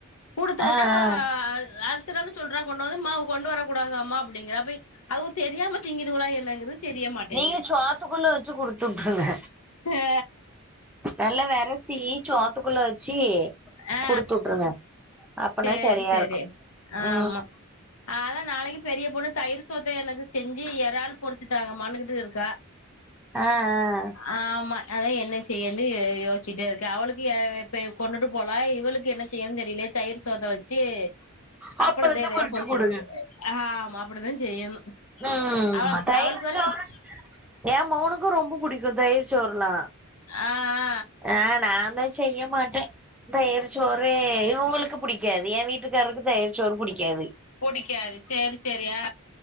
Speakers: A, on the left; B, in the centre.
A: குடுத்துவுட்டா
B: ஆ ஆ
A: அ அல் திறால்னு சொல்றா கொண்டு வந்து மா கொண்டு வரக்கூடாதாமா அப்டிங்கா அப்ப அவு தெரியாம திங்கிதுவலா என்னங்குறுத் தெரிய மாட்டேங்கு
B: நீங்க சோத்துக்குள்ள வச்சு குடுத்துட்ருங்க
A: அ
B: நல்ல வெரசீ சோத்துக்குள்ள வச் சீ
A: ஆ ஆ
B: குடுத்துவுட்ருங்க அப்பனா
A: சேரி
B: சரியாருக்கு
A: சேரி ஆமா
B: ஆ
A: அதா நாளைக்கி பெரிய பொண்ணு தயிரு சோத்த எனக்கு செஞ்சி ஏறால் பொரிச்சி தாங்கம்மானுகிட்டு இருக்கா
B: ஆ அ
A: ஆமா அதா என்ன செய்யண்டு யோஸ்ச்சிட்டே இருக்கே அவளுக்கு ஏ எப்ப கொண்டுட்டு போனா இவளுக்கு என்ன செய்யன் தெரிலே தயிர் சோத்த வச்சி
B: ஆ
A: அப்பளத்த எதயா
B: பொறிச்சு
A: பொரிச்செடுக்கு
B: குடுங்க
A: ஆமா அப்படிதா செய்யணு
B: ம்
A: ஆ டவளுக்கு
B: தயிர்
A: அவளுக்கு வேற
B: சோறு
A: சிட்
B: ஏ மொவனுக்கு ரொம்ப புடிக்கு தயிர் சோறுனா
A: அ
B: அ நாந்தா செய்ய மாட்ட தயிருச்சோறு இவங்களுக் க்கு பிடிக்காது எ வீட்டுக்காரருக்கு தயிர்ச்சோரு பிடிக்காது
A: புடிக்காது சரி சரி ஆ